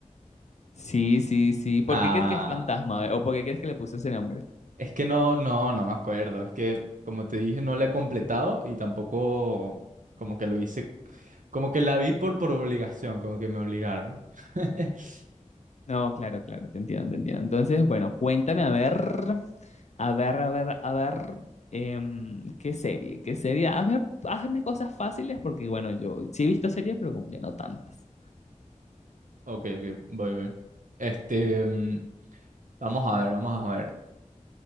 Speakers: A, on the left (about 60°); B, on the right (about 85°).
A: Sí, sí, sí. ¿Por
B: Ah,
A: qué crees que es fantasma? eh? ¿O por qué crees que le puso ese nombre?
B: es que no, no, no me acuerdo. Es que, como te dije, no la he completado y tampoco como que lo hice, como que la vi por, por obligación, como que me obligaron. <laughs>
A: No, claro, claro, te entiendo, te entiendo. Entonces, bueno, cuéntame, a ver, a ver, a ver, a ver, em, ¿qué serie? ¿Qué serie? Hazme, hazme cosas fáciles porque, bueno, yo sí he visto series, pero como que no tantas.
B: Ok, ok, voy, voy. Este, mm, vamos a ver, vamos a ver.